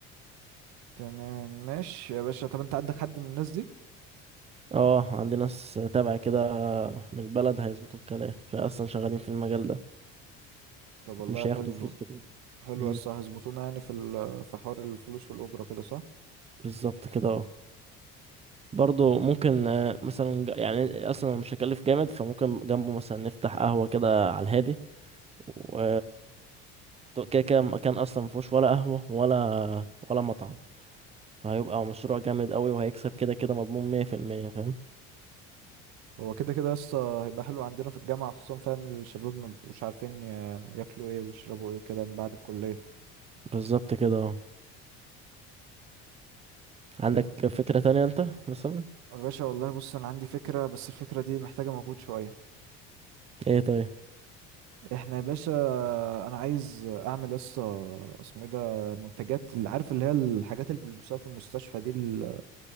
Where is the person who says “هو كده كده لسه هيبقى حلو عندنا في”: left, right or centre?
Right